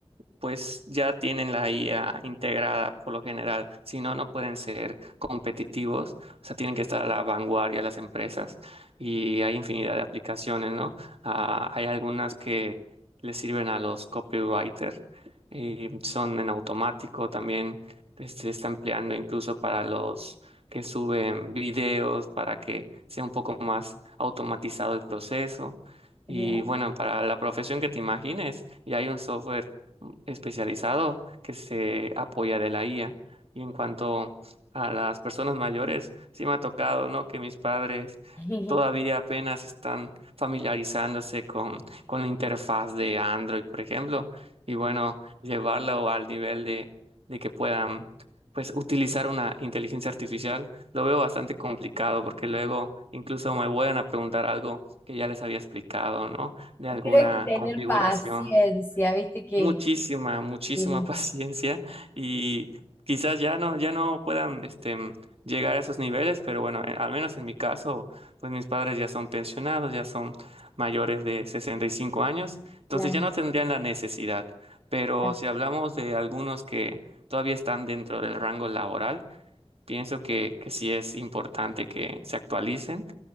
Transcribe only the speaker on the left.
real.
<laughs>
Pero hay que tener
paciencia, viste que,
sí,
claro.
claro.